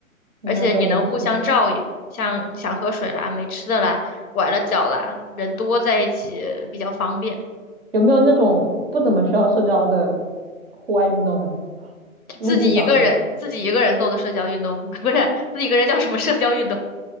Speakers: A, on the right; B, on the left.
A: 那倒也是，
B: 而且也能互相照应。像想喝水啦、没吃的啦、崴了脚啦，人多在一起比较方便。
A: 有没有那种不怎么需要社交的户外运动呢？陆地上的？
B: 自己一个人自己一个人做的社交运动，<laughs> 不是自己一个人叫什么社交运动？